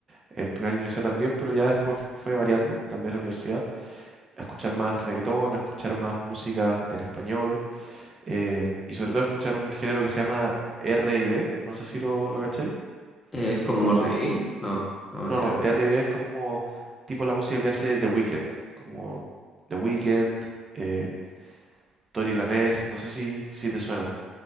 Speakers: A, on the right; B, on the left.
A: El primer año de universidad también, pero ya después fue variando, tal vez la universidad, a escuchar más reggaetón, a escuchar más música en español, eh, y sobre todo a escuchar un género que se llama R&B, no sé si lo, lo cacháis,
B: Es
A: que
B: como
A: es como,
B: rey. No, no, mentira.
A: no, no, R&B es como tipo la música que hace The Weeknd, como The Weeknd, eh, Tory Lanez, no sé si, si te suena,